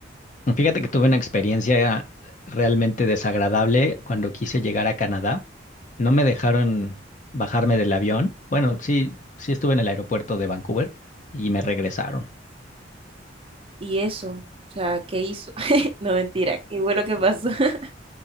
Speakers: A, on the left; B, on the right.
A: Fíjate que tuve una experiencia realmente desagradable cuando quise llegar a Canadá. No me dejaron bajarme del avión. Bueno, sí, sí estuve en el aeropuerto de Vancouver y me regresaron.
B: ¿Y eso? O sea, ¿qué hizo? <laughs> No, mentira, ¿qué fue lo que pasó? <laughs>